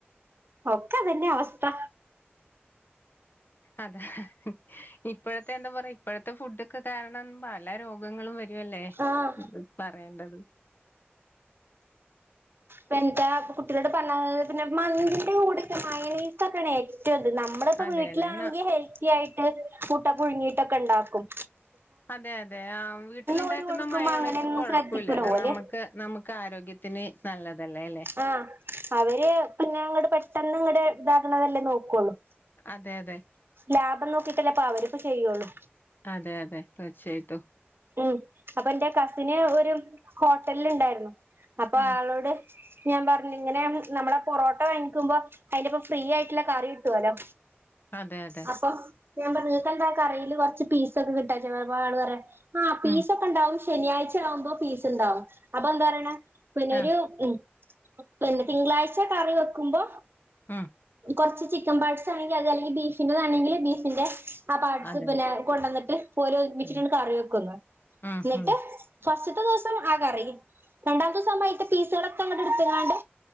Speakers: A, on the right; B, on the left.
A: ഒക്ക അതന്നെ അവസ്ഥ.
B: അതെ ഹ് ഹ് ഇപ്പഴത്തെ എന്താ പറയാ ഇപ്പഴത്തെ ഫുഡൊക്കെ കാരണം പല രോഗങ്ങളും വരുവല്ലേ.
A: ആഹ്
B: എന്താ പറയണ്ടത്.
A: പ്പന്താ കുട്ടികളോട് പറഞ്ഞ ഹ് പിന്നെ മന്തിന്റെ കൂടെക്കെ മയണയ്സ്ക്കണെ. റ്റണ്ട് നമ്മള്പ്പോ
B: അതെല്ലേ
A: വീട്ടിലാണെങ്കി
B: ന
A: ഹെൽത്തിയായിട്ട് മുട്ട പുഴുങ്ങിയിട്ടൊക്കണ്ടാക്കും.
B: അതെ അതെ ആഹ് വീട്ടിൽ ഉണ്ടാക്കുന്ന
A: ഓര് കൊടുക്കുമ്പോ
B: മയോണൈസ്
A: അങ്ങനെയൊന്നും
B: കൊഴപ്പില്ലല്ലോ
A: ശ്രദ്ധിക്കൂല ഓല്
B: നമുക്ക്. നമുക്ക് ആരോഗ്യത്തിന് നല്ലതല്ലേ അല്ലെ.
A: ആഹ് അവര് പിന്നെ അങ്ങട് പെട്ടന്ന് ഇങ്ങട് ഇതാക്ക്ണതല്ലേ നോക്കൊള്ളു.
B: അതെ അതെ
A: ലാഭം നോക്കിട്ടല്ലേ അപ്പ അവര് പ്പം ചെയ്യൊള്ളൂ.
B: അതെ അതെ തീർച്ചയായിട്ടും.
A: ഉംഹ്. അപ്പൊ ഇന്റെ കസിന് ഒരു ഹോട്ടലിൽ ഇണ്ടായിരുന്നു. അപ്പൊ
B: ആ
A: ആളോട് ഞാൻ പർഞ്ഞ് ഇങ്ങനെ നമ്മളെ പൊറോട്ട വേങ്ങിക്കുമ്പോ. അയിന്റപ്പം ഫ്രീ ആയിട്ട്ല്ലെ കറി കിട്ട്വോല്ലോ.
B: അതെ അതെ
A: അപ്പൊ ഞാൻ പർഞ്ഞു നിങ്ങക്കെന്താ ആ കറീൽ കൊറ്ച്ച് പീസ് ഒക്കെ കിട്ടാ ചപം ആള് പറയ. ആഹ് പീസൊക്കെ
B: ഉം
A: ണ്ടാവും. ശനിയാഴ്ച ആവുമ്പോ പീസ് ണ്ടാവും. അപ്പൊ എന്താ പറയണ്. പിന്നൊരു
B: ആ
A: ഉംഹ് പിന്നെ തിങ്കളാഴ്ച കറി വെക്കുമ്പോ,
B: ഉം
A: കൊറ്ച്ച് ചിക്കൻ പാട്സ് ആണെങ്കി അത് അല്ലെങ്കി ബീഫിന്റെതാണെങ്കിൽ ബീഫിന്റെ ആ പാട്സ്
B: അതെ
A: പിന്നെ കൊണ്ടന്നിട്ട്. ഓല് ഒരുമിച്ചിട്ടണ്ട്
B: അതെ
A: കറി വെക്കും ന്ന്.
B: ഉം
A: ഇന്നെട്ട്
B: ഉം
A: ഫസ്റ്റ്ത്തെ ദിവസം ആ കറി രണ്ടാമത്തെ ദിവസം ആവുമ്പം അയിത്തെ പീസുകളൊക്കെ ഇങ്ങട്ട്ട്ത്ത്ക്കാണ്ട്.